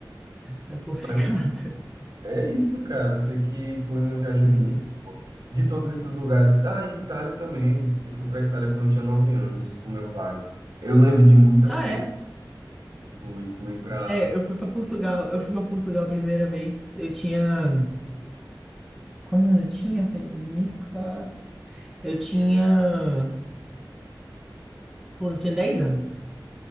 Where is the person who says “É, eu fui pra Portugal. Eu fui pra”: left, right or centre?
Centre